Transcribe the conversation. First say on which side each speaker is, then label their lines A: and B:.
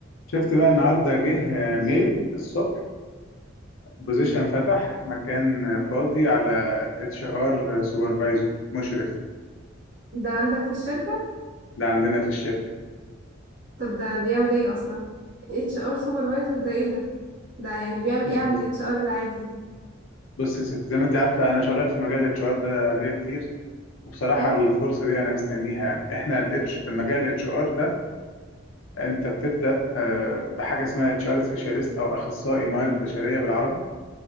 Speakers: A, on the left; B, on the right.
A: شفت بقى النهارده جه ميل الصبح بوزيشن فتح مكان فاضي على اتش ار سوبرفايزر مشرف
B: ده عندك في الشركة
A: ده عندنا في الشركه
B: طب ده بيعمل ايه اصلا اتش ار سوبرفايزر ده ايه ده ده يعني بيعمل
A: بص
B: ايه عن
A: يا
B: الاتش
A: ست-
B: ار العادي
A: بص يا ست زي ما انت عارفه انا شغال في مجال الاتش ار ده ليا كتير وبصراحه
B: اه
A: الفرصه دي انا مستنيها يعني احنا الاتش مجال الاتش ار ده انت بتبدا آه، بحاجه اسمها اتش ار سبيشاليست او اخصائي موارد بشريه بالعربي